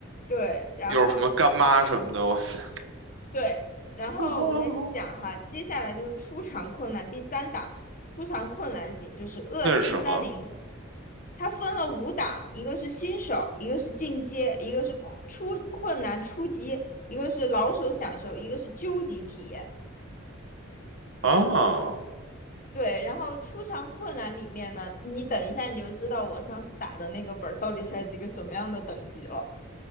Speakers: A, on the left; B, on the right.
A: 对，然后
B: 又是什么干妈什么的，哇塞，
A: 对，然后我跟你讲哈，
B: <laughs>
A: 接下来就是出场困难第三档，出场困难型就是恶西三零，
B: 那是什么？
A: 它分了五档，一个是新手，一个是进阶，一个是出困难初级，一个是老手享受，一个是究极体验。
B: 啊，
A: 对，然后出场困难里面呢，你等一下你就知道我上次打的那个本儿到底是一个什么样的等级了。